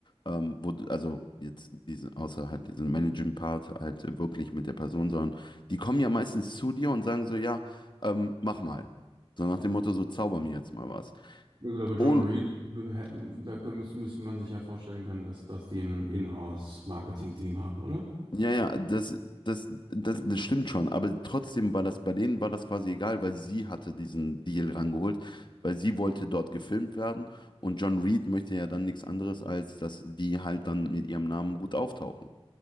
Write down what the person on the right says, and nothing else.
Ja gut, aber John
Reed, da kö- müsste, müsste man sich ja vorstellen können, dass, dass die ein Inhouse-Marketing-Team haben, oder?